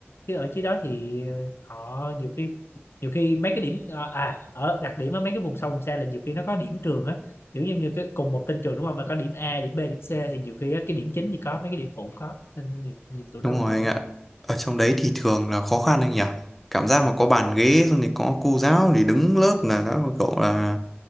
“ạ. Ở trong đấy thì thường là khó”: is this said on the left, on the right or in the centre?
Centre